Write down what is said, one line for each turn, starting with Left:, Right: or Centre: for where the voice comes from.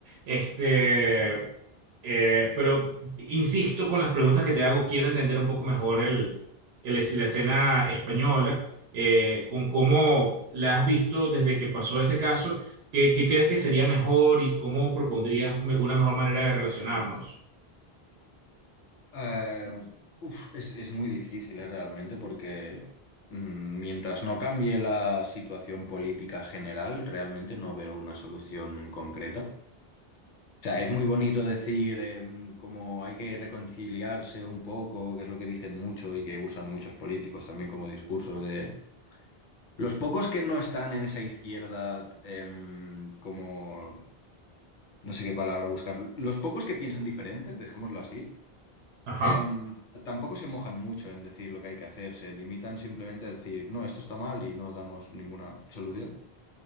Right: Este, eh, pero insisto con las preguntas que te hago, quiero entender un poco mejor el, el- la escena española eh, con cómo la has visto desde que pasó ese caso, ¿qué, qué crees que sería mejor y cómo propondrías me- una mejor manera de relacionarnos?
Left: Eh, uf, es, es muy difícil, eh, realmente, porque mm, mientras no cambie la situación política general, realmente no veo una solución concreta. O sea, es muy bonito decir eh, como hay que reconciliarse un poco, que es lo que dicen mucho y que usan muchos políticos también como discurso de... Los pocos que no están en esa izquierda, em, como... No sé qué palabra buscar. Los pocos que piensan diferente, dejémoslo así,
Right: Ajá,
Left: Em, tampoco se mojan mucho en decir lo que hay que hacer, se limitan simplemente a decir, no, esto está mal y no damos ninguna solución.